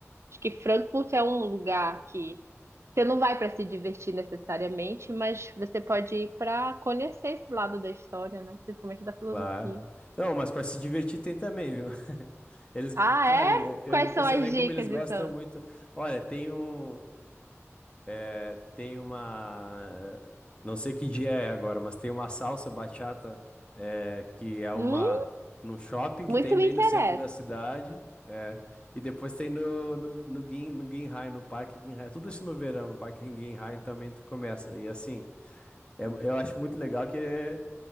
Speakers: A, on the right; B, on the left.
A: Acho que Frankfurt é um lugar que você não vai para se divertir necessariamente, mas você pode ir para conhecer esse lado da história, né? Principalmente da filosofia.
B: claro. Não, mas para se divertir tem também, viu? <laughs> Eles,
A: Ah,
B: cara,
A: é?
B: eu
A: Quais
B: eu me impressionei
A: são as dicas,
B: como eles gostam
A: então?
B: muito. Olha, tem um, É, tem uma. Não sei que dia é agora, mas tem uma salsa bachata, é, que é uma.
A: Hum,
B: No shopping
A: muito
B: que tem bem
A: me interessa.
B: no centro da cidade. É. E depois tem no, no, no, Gin, no Ginhai, no Parque Ginhai. Tudo isso no verão, no Parque Ginhai também tu começa. E assim, é- eu acho muito legal que ele é-